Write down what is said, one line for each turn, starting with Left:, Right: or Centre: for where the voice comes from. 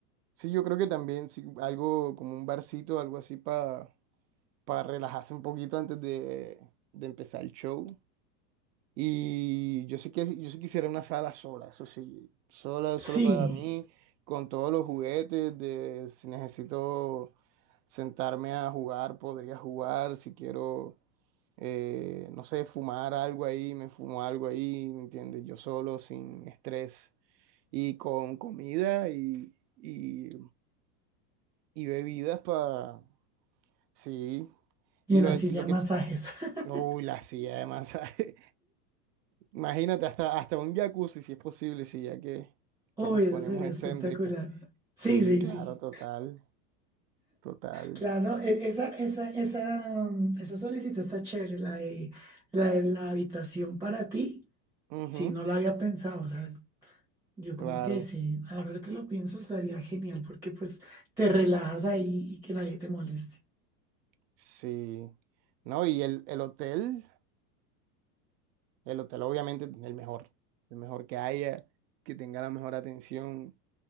Right: Sí, yo creo que también sí, algo como un barcito, algo así para para relajarse un poquito antes de, de empezar el show. Y yo sí que yo sí quisiera una sala sola, eso sí, sola,
Centre: Sí,
Right: solo para mí, con todos los juguetes de si necesito sentarme a jugar, podría jugar, si quiero, eh, no sé, fumar algo ahí, me fumo algo ahí, ¿me entiendes? Yo solo, sin estrés, y con comida y, y, y bebidas para, sí,
Centre: y
Right: y
Centre: una
Right: lo,
Centre: silla
Right: lo
Centre: de
Right: que,
Centre: masajes. <laughs>
Right: uy, la silla de masaje. Imagínate, hasta, hasta un jacuzzi, si es posible, si ya que,
Centre: Uy,
Right: que nos
Centre: eso
Right: ponemos
Centre: sería
Right: Uy.
Centre: espectacular.
Right: excéntricos.
Centre: Sí,
Right: Sí,
Centre: sí,
Right: claro,
Centre: sí.
Right: total, total.
Centre: Claro, e- esa, esa, esa, mm, esa solicitud está chévere, la de la, de la habitación para ti.
Right: Ujú,
Centre: Sí, no lo había pensado, ¿sabes? Yo
Right: claro,
Centre: como que sí, ahora que lo pienso estaría genial porque pues te relajas ahí y que nadie te moleste.
Right: sí. No, y el, el hotel, el hotel obviamente el mejor, el mejor que haya, que tenga la mejor atención